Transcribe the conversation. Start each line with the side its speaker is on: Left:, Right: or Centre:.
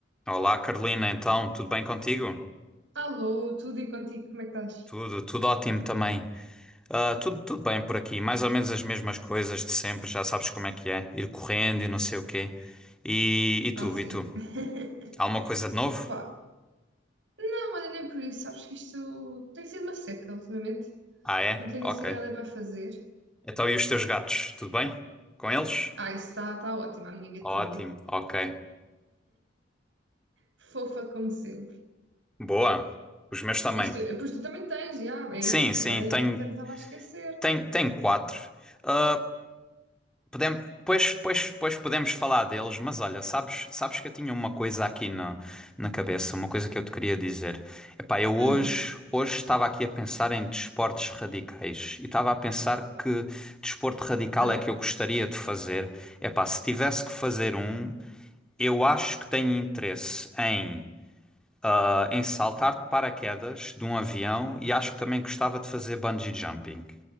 Centre: Olá, Carolina, então, tudo bem contigo?
Right: Alô, tudo e contigo, como é que estás?
Centre: Tudo, tudo ótimo também. Ah, tudo, tudo bem por aqui, mais ou menos as mesmas coisas de sempre, já sabes como é que é, ir correndo e não sei o quê. E, e tu,
Right: Ah, sim.
Centre: e tu?
Right: <laughs>
Centre: Há alguma coisa de novo?
Right: Opa, não, olha, nem por isso, sabes que isto tem sido uma seca ultimamente.
Centre: Ah, é?
Right: Não tenho
Centre: Ok.
Right: assim nada para fazer.
Centre: Então, e os teus gatos, tudo bem? Com eles?
Right: Ah, isso está tá tá ótimo, a minha gatinha.
Centre: Ótimo, ok.
Right: Fofa como sempre.
Centre: Boa. Os meus também.
Right: Isto, eh, pois tu também tens, já, é
Centre: Sim,
Right: isso.
Centre: sim,
Right: Agora
Centre: tenho,
Right: até me estava a esquecer.
Centre: tenho, tenho quatro. Ah, Podem, pois, pois, pois podemos falar deles, mas olha, sabes, sabes que eu tinha uma coisa aqui na, na cabeça, uma coisa que eu te queria dizer. Epá, eu hoje,
Right: Hum,
Centre: hoje estava aqui a pensar em desportos radicais e estava a pensar que desporto radical
Right: ok.
Centre: é que eu gostaria de fazer. Epá, se tivesse que fazer um, eu acho que tenho interesse em, ah, em saltar de paraquedas de um avião e acho que também gostava de fazer bungee jumping.